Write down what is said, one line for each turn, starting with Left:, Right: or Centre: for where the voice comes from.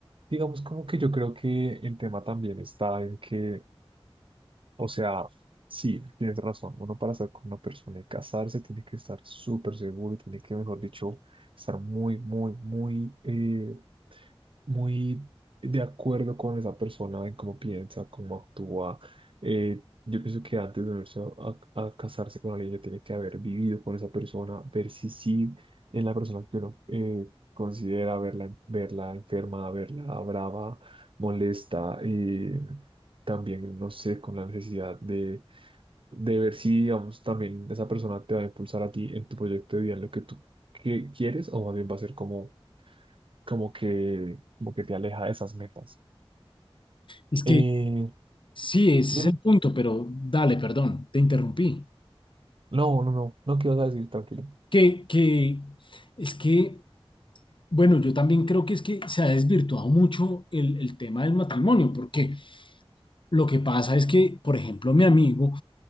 Right: digamos como que yo creo que el tema también está en que O sea, sí, tienes razón. Uno para estar con una persona y casarse tiene que estar súper seguro y tiene que, mejor dicho, estar muy, muy, muy, eh, muy de acuerdo con esa persona en cómo piensa, cómo actúa. Eh, yo pienso que antes de unirse a, a- a casarse con alguien ya tiene que haber vivido con esa persona, ver si sí es la persona que uno eh, considera verla, verla enferma, verla brava, molesta. eh, también, no sé, con la necesidad de, de ver si, digamos, también esa persona te va a impulsar a ti en tu proyecto de vida, en lo que tú que- quieres, o más bien va a ser como como que, como que te aleja de esas metas.
Left: es que
Right: Eh,
Left: sí, ese es
Right: dime.
Left: el punto, pero dale, perdón, te interrumpí.
Right: No, no, no, no quiero decir, tranquilo.
Left: Que, que es que, bueno, yo también creo que es que se ha desvirtuado mucho el, el tema del matrimonio, porque lo que pasa es que, por ejemplo, mi amigo